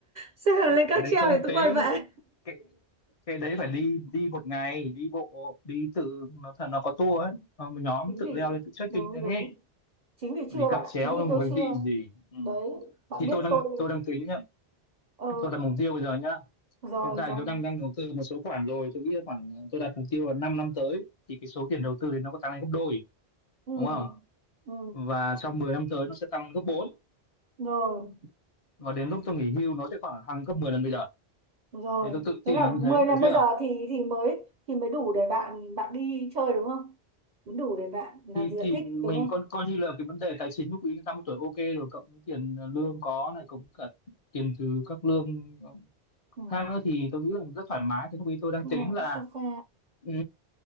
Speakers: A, on the right; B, on the left.
A: xếp hàng lên cáp
B: cái đấy
A: treo
B: không
A: thì tôi
B: tính
A: quay về
B: cái cái đấy phải đi đi một ngày đi bộ đi tự nó thật nó có tour ấy Ờ, một nhóm
A: chính
B: tự
A: vì
B: leo lên tự trekking
A: đúng
B: lên
A: đúng
B: ấy
A: chính vì
B: đi
A: chưa
B: cáp
A: bạn ạ
B: treo
A: chính vì tôi
B: với
A: chưa
B: vị gì ừ.
A: đấy bạn
B: thì
A: biết
B: tôi đang
A: tôi
B: tôi đang tính nhá
A: ờ
B: tôi đặt mục tiêu bây giờ nhá
A: rồi
B: hiện tại
A: rồi
B: tôi đang đang đầu tư một số khoản rồi tôi nghĩ là khoảng ờ, tôi đặt mục tiêu là 5 năm tới thì cái số tiền đầu tư thì nó có tăng lên gấp đôi
A: ừ
B: đúng không
A: ừ
B: và trong 10 năm tới nó sẽ tăng lên gấp bốn
A: rồi
B: và đến lúc tôi nghỉ hưu nó sẽ khoảng hàng gấp 10 lần bây giờ
A: rồi
B: thế tôi tự
A: thế
B: tin
A: là
B: là như
A: mười
B: thế
A: năm
B: được chưa
A: bây giờ thì thì mới thì mới đủ để bạn bạn đi chơi đúng không mới đủ để bạn làm
B: thì
A: gì bạn
B: thì
A: thích
B: mình
A: đúng không
B: coi coi như là cái vấn đề tài chính lúc ý năm mươi tuổi ok rồi cộng với tiền lương có này cũng cả tiền từ các lương ờ,
A: ừ.
B: khác nữa thì tôi nghĩ là rất thoải mái thì lúc ý tôi đang
A: Nghe
B: tính
A: là
B: là
A: cái sofa
B: ừ,